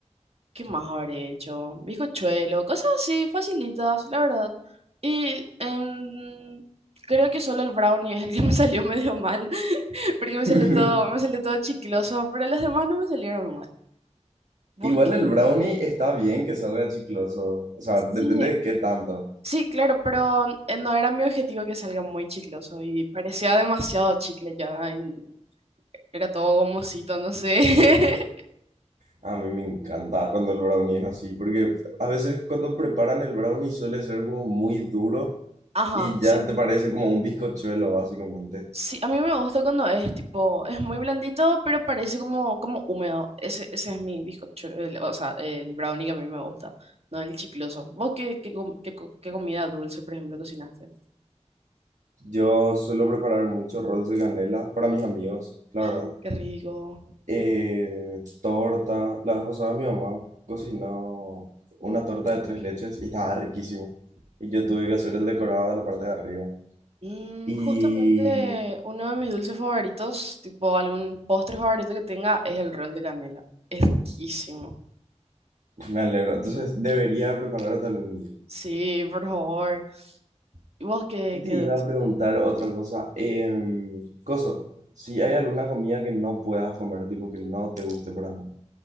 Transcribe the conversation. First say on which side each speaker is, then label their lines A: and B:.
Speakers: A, on the right; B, on the right.
A: ¿Qué más habré hecho? Bizcochuelo, cosas así, facilitas, la verdad. Y em, creo que solo el brownie es el que me <laughs> salió medio mal, <laughs> porque
B: <laughs>
A: me salió todo, me salió todo chicloso, pero las demás no me salieron mal. ¿Vos
B: Igual
A: qué?
B: el brownie está bien que salga chicloso, o sea,
A: Sí,
B: depende de qué tanto.
A: sí, claro, pero eh, no era mi objetivo que salga muy chicloso y parecía demasiado chicle ya. Y Era todo gomosito, no sé. <laughs>
B: A mí me encanta cuando el brownie es así, porque a veces cuando preparan el brownie suele ser como muy duro.
A: Ajá,
B: Y ya
A: sí.
B: te parece como un bizcochuelo, básicamente.
A: Sí, a mí me gusta cuando es tipo, es muy blandito, pero parece como, como húmedo. Ese, ese es mi bizcocho, el- o sea, el brownie que a mí me gusta, no el chicloso. ¿Vos qué, qué, com- qué co- qué comida dulce, por ejemplo, cocinaste?
B: Yo suelo preparar mucho rolls de canela para mis amigos, la
A: ¡Ah!
B: verdad.
A: ¡Qué rico!
B: Eh, torta. La vez pasada mi mamá cocinó una torta de tres leches y estaba riquísimo. Y yo tuve que hacer el decorado de la parte de arriba.
A: Mm,
B: Y
A: justamente uno de mis dulces favoritos, tipo algún postre favorito que tenga, es el rol de canela. Es riquísimo.
B: me alegro. Entonces, debería prepararte algún día.
A: Sí, por favor. ¿Y vos qué,
B: ¿Qué te
A: qué
B: iba
A: dulce?
B: a preguntar otra cosa? Em, Coso, si hay alguna comida que no puedas comer, tipo que no te guste para nada.